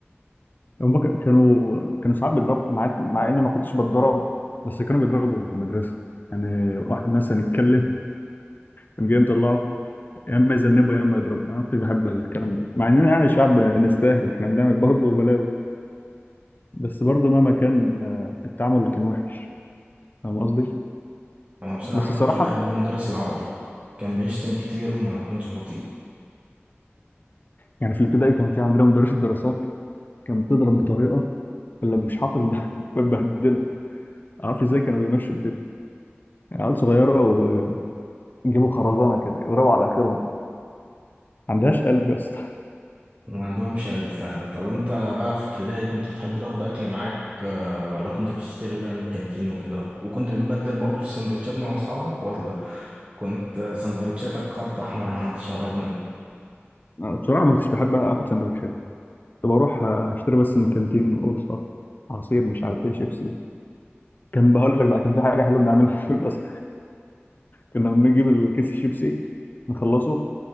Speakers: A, on the left; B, on the right.
A: هم ك- كانوا كانوا ساعات بيضرب مع مع اني ما كنتش بتضرب بس كانوا بيضربوا في المدرسه يعني واحد مثلا يتكلم كان جاي مطلعه يا اما يذنبه يا اما يضربه انا ما كنتش بحب الكلام ده مع اننا يعني شعب نستاهل احنا بنعمل برضه بلاوي بس برضه مهما كان آه، التعامل كان وحش فاهم قصدي
B: <laughs> انا بصراحة
A: بس
B: ما
A: الصراحه
B: كنتش بحب مدرس العربي كان بيشتم كتير وما كنتش بطيء
A: يعني في الابتدائي كان في عندنا مدرس الدراسات كان بتضرب بطريقه اللي مش حاطط <laughs> بتبهدله معرفش ازاي كانوا بيمشوا الدنيا يعني عيال صغيره ويجيبوا خرزانه كده يضربوا على اخرهم ما عندهاش قلب يا اسطى
B: ما عندهمش قلب فعلا طب انت بقى في ابتدائي كنت بتحب تاخد اكل معاك آه، ولا كنت بتشتري بقى من الكانتين وكده وكنت بتبدل برضو السندوتشات مع اصحابك ولا كنت سندوتشاتك خط احمر ما حدش يعرف منها
A: <laughs> أنا بصراحه ما كنتش بحب اخد سندوتشات كنت بروح اشتري بس من كانتين قرصه عصير مش عارف ايه شيبسي كان بقول لك بقى كان في حاجه حلوه بنعملها في البصر كنا بنجيب الكيس الشيبسي نخلصه